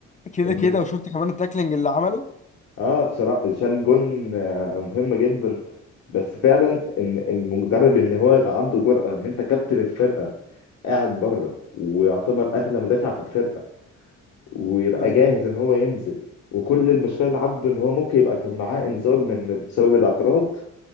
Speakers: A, on the left; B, on the left.
A: كده
B: ان
A: كده وشفت كمان التاكلينج اللي عمله
B: اه بصراحه شال جون آه مهم جدا بس فعلا ان المدرب ان هو يبقى عنده جرأه ان انت كابتن الفرقه قاعد بره ويعتبر اغلى مدافع في الفرقه ويبقى
A: ايوه
B: جاهز ان هو ينزل وكل المشكله اللي عنده ان هو ممكن يبقى كان معاه انذار من بسبب الاعتراض